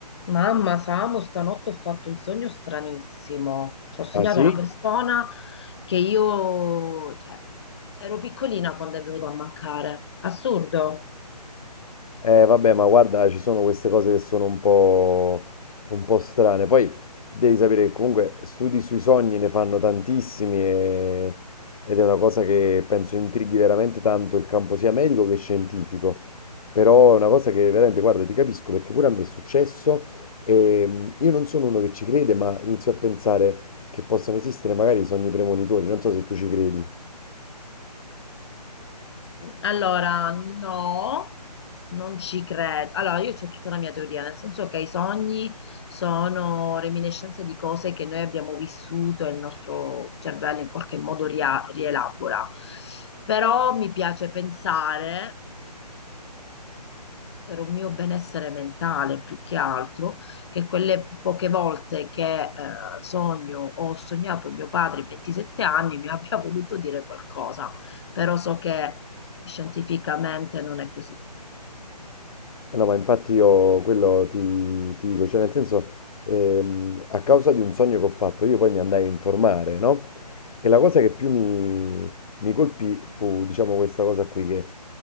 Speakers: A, on the left (about 40°); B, on the left (about 60°).
A: Mamma, Samu, stanotte ho fatto un sogno stranissimo. Cioè, ho sognato
B: Ah sì?
A: una persona che io, cioè, ero piccolina quando è venuto a mancare. Assurdo.
B: Eh vabbè, ma guarda, ci sono queste cose che sono un po', un po' strane. Poi devi sapere che comunque studi sui sogni ne fanno tantissimi e- ed è una cosa che penso intrighi veramente tanto il campo sia medico che scientifico. Però è una cosa che veramente, guarda, ti capisco perché pure a me è successo e mm, io non sono uno che ci crede, ma inizio a pensare che possano esistere magari i sogni premonitori. Non so se tu ci credi.
A: Allora, no, non ci credo. Allora, io ho tutta la mia teoria, nel senso che i sogni sono reminiscenze di cose che noi abbiamo vissuto e il nostro cervello in qualche modo ria- rielabora. Però mi piace pensare per un mio benessere mentale più che altro, che quelle poche volte che eh, sogno o ho sognato mio padre a 27 anni mi <laughs> abbia voluto dire qualcosa, però so che scientificamente non è così.
B: Eh No, ma infatti io quello ti, ti dico, cioè nel senso, ehm, a causa di un sogno che ho fatto, io poi mi andai a informare, no? E la cosa che più mi, mi colpì fu, diciamo, questa cosa qui, che